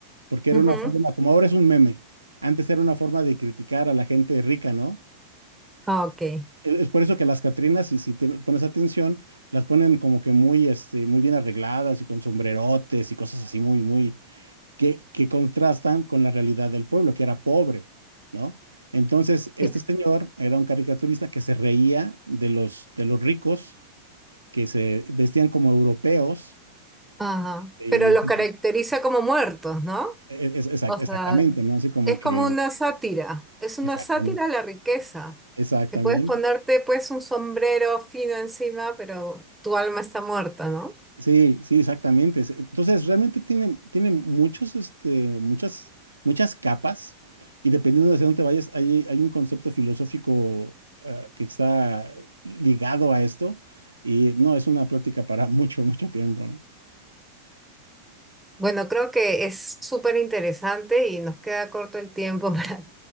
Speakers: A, on the right; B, in the centre.
A: porque era
B: ujú.
A: una forma, como ahora es un meme, antes era una forma de criticar a la gente rica, ¿no?
B: Ok.
A: Es es por eso que las Catrinas, si, si te pones atención, las ponen como que muy, este, muy bien arregladas y con sombrerotes y cosas así muy, muy, que, que contrastan con la realidad del pueblo, que era pobre, ¿no? Entonces, este
B: ya,
A: señor era un caricaturista que se reía de los, de los ricos, que se vestían como europeos,
B: Ajá.
A: y
B: Pero los caracteriza como muertos, ¿no?
A: es- es- exac-
B: O
A: exactamente,
B: sea,
A: ¿no? Así como
B: es
A: que,
B: como una sátira, es una
A: exactamente,
B: sátira a la riqueza.
A: exactamente.
B: Que puedes ponerte pues un sombrero fino encima, pero tu alma está muerta, ¿no?
A: Sí, sí, exactamente. Es- Entonces, realmente tiene, tiene muchos, este, muchas, muchas capas y dependiendo de hacia dónde te vayas, hay, hay un concepto filosófico ah, que está ligado a esto y no, es una plática para <laughs> mucho, mucho tiempo, ¿no?
B: Bueno, creo que es súper interesante y nos queda corto el tiempo <laughs> para,